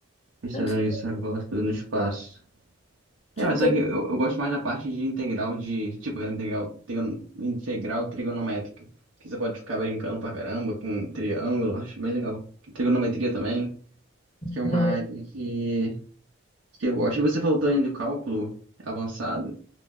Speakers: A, on the right; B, on the left.
A: A gente
B: Ai,
A: tá vendo
B: Que
A: isso agora, coisas no espaço. É,
B: que
A: mas só que eu, eu gosto mais da parte de integral de, tipo, da integral, trigon- integral trigonométrica. Que você pode ficar brincando pra caramba com triângulo, acho bem legal. Trigonometria também,
B: interessante.
A: que é uma área que, que eu gosto. E você falou também do cálculo avançado.